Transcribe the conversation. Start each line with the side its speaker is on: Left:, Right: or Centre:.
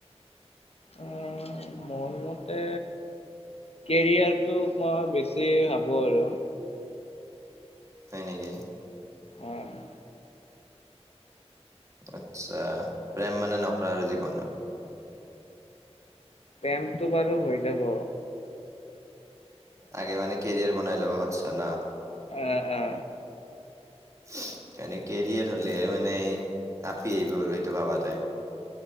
Left: উম, মোৰ মতে কেৰিয়াৰটো মই বেছি ভাবো আৰু।
Right: হয় নেকি।
Left: অ'।
Right: আচ্ছা, প্ৰেম মানে নকৰা আৰু জীৱনৰত।
Left: প্ৰেমটো বাৰু হৈ যাব।
Right: আগে মানে কেৰিয়াৰ বনাই লবা হছ ন।
Left: অ অ।
Right: <unintelligible> এনে কেৰিয়াৰ হলেহে মানে আপি আহিব আৰু সেইটো ভাবাতে।